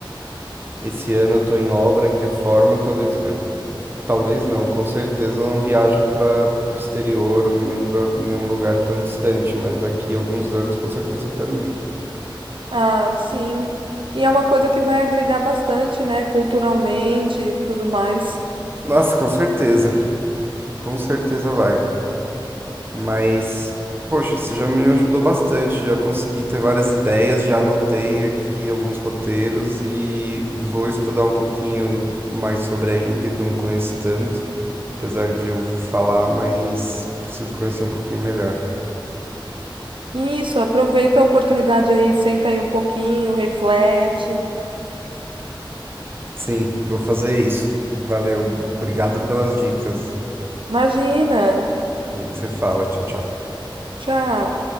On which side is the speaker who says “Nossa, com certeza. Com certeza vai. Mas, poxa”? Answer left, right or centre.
Right